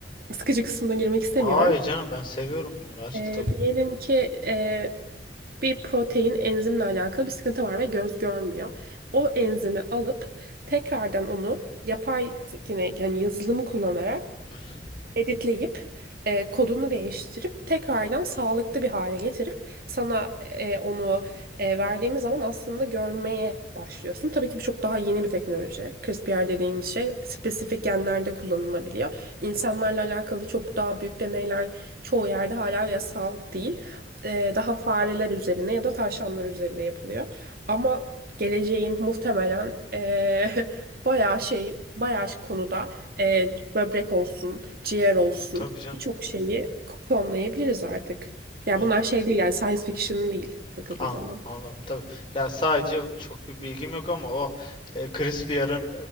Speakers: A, on the right (about 55°); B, on the left (about 30°).
A: sıkıcı kısmına girmek istemiyorum.
B: Hayır canım ben seviyorum bunları açıl
A: Ee,
B: tabii.
A: diyelim ki e, bir protein enzimle alakalı bir sıkıntı var ve göz görmüyor. O enzimi alıp tekrardan onu yapay yine yani yazılımı kullanarak
B: Hı hı.
A: editleyip e, kodunu değiştirip tekrardan sağlıklı bir hale getirip sana e, onu e, verdiğimiz zaman aslında görmeye başlıyorsun. Tabii ki bu çok daha yeni bir teknoloji. CRISPR dediğimiz şey spesifik genlerde kullanılabiliyor. İnsanlarla alakalı çok daha büyük deneyler çoğu yerde hala yasal değil. E, daha fareler üzerine ya da tavşanlar üzerine yapılıyor. Ama geleceğin muhtemelen e, <laughs> bayağı şey, bayağı konuda e, böbrek olsun, ciğer olsun
B: E, tabii canım.
A: birçok şeyi klonlayabiliriz artık. Yani
B: Yani
A: bunlar şey değil yani science fiction değil bakıldığı
B: anladım,
A: zaman.
B: anladım tabii. Ya sadece çok bir bilgim yok ama o e, Crispier'ın